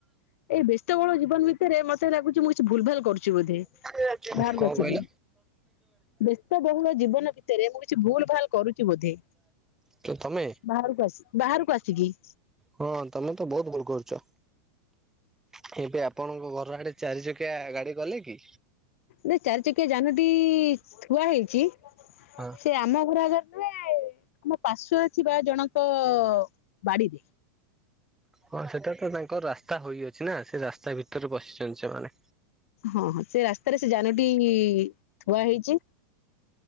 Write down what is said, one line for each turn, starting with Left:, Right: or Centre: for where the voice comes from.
Left: ଏଇ ବ୍ୟସ୍ତ ବୋହୁଳ ଜୀବନ ଭିତରେ ମତେ ଲାଗୁଚି ମୁଁ କିଛି ଭୁଲ ଭାଲ କରୁଚି ବୋଧେ।
Centre: କ-କଣ
Left: ବାହାରକୁ ଆସିକି।
Centre: କହିଲ?
Left: ବ୍ୟସ୍ତ ବହୁଳ ଜୀବନ ଭିତରେ ମୁଁ କିଛି ଭୁଲ ଭାଲ କରୁଛି ବୋଧେ
Centre: କିଏ ତମେ?
Left: ବାହାରକୁ ଆସି ବାହାରକୁ ଆସିକି।
Centre: ହଁ ତମେ ତ ବୋହୁତ ଭୁଲ କରୁ ଚ କିନ୍ତୁ ଆପଣଙ୍କ ଘର ଆଡେ ଚାରି ଚକିଆ ଗାଡି ଗଲେ କି?
Left: ନା ଚାରି ଚକିଆ ଯାନଟି ଥୁଆ ହେଇଚି।
Centre: ହଁ
Left: ସେ ଆମ ଘର ଆଗରେ ମୋ ପାଶୁଆ ଥିବା ଜଣଙ୍କ ବାଡିରେ
Centre: ହଁ ସେଟାତ ବାଇ କ ରାସ୍ତା ହୋଇଅଛି ନା ସେ ରାସ୍ତା ଭିତରେ ବସିଚନ୍ତି ସେମାନେ।
Left: ହଁ ହଁ ସେ ରାସ୍ତାରେ ସେ ଯାନଟି ଥୁଆହେଇଚି।